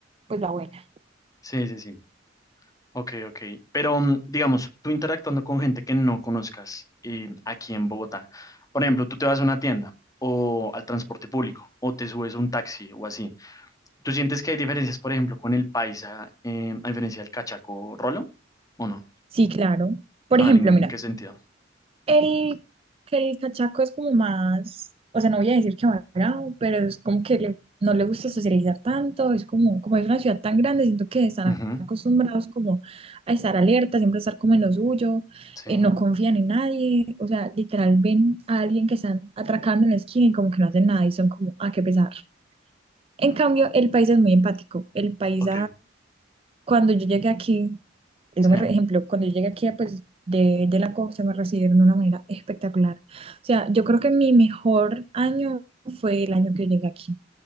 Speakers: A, on the right; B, on the left.
A: pues la buena.
B: sí, sí, sí. Ok, ok. Pero mm, digamos, tú interactuando con gente que no conozcas eh, aquí en Bogotá, por ejemplo, tú te vas a una tienda o al transporte público o te subes a un taxi o así. ¿Tú sientes que hay diferencias, por ejemplo, con el paisa eh, a diferencia del cachaco rolo o no?
A: Sí, claro. Por
B: A
A: ejemplo,
B: ver, ¿en, en
A: mira.
B: qué sentido?
A: El, que el cachaco es como más, o sea, no voy a decir que amargado, pero es como que le- no le gusta socializar tanto, es como, como es una ciudad tan grande, siento que están
B: Ujú,
A: acostumbrados como a estar alerta, siempre estar como en lo suyo,
B: Sí,
A: eh, no confían en nadie, o sea, literal ven a alguien que están atracando en la esquina y como que no hacen nada y son como, a qué pesar. En cambio, el país es muy empático, el país
B: ok,
A: cuando yo llegué aquí, eso
B: sí,
A: me, re- ejemplo, cuando yo llegué aquí, pues, de, de la costa, me recibieron de una manera espectacular. O sea, yo creo que mi mejor año fue el año que llegué aquí.